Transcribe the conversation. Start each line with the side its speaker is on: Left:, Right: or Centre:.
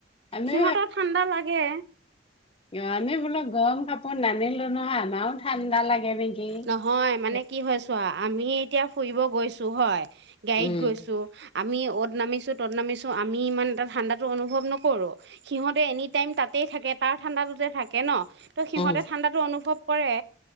Left: আমি
Right: সিহঁতৰ ঠাণ্ডা লাগে।
Left: ইমানেই নানিলো নহয় বোলো গৰম কাপোৰ নানিলো নহয়, আমাৰো ঠাণ্ডা লাগ গে নিকি <unintelligible>
Right: নহয় মানে কি হৈ ছোৱা, আমি এতিয়া ফুৰিব গৈছোঁ, হয়, গাড়ীত
Left: উম
Right: গৈছোঁ আমি অ'ত নামিছোঁ, ত'ত নামিছোঁ, আমি ইমান এটা ঠাণ্ডাটো অনুভৱ নকৰোঁ। সিহঁতে এনি টাইম তাতেই থাকে, তাৰ ঠাণ্ডাটোতে থাকে ন। ত' সিহঁতে
Left: উম
Right: ঠাণ্ডাটো অনুভৱ কৰে।